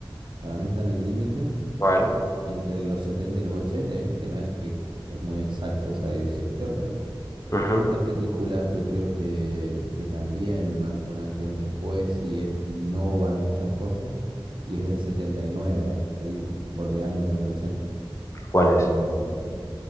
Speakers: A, on the right (about 65°); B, on the left (about 35°).
A: Para mí está en el límite
B: ¿Cuál?
A: entre los 70 y los 80, ¿viste? Que no es que es muy exacto esa división, pero
B: Ujú,
A: esta película yo creo que, que también marca un antes y un después y eh, innova en muchas cosas. Y es del 79 ahí bordeando con el 80.
B: ¿Cuál es?
A: Em,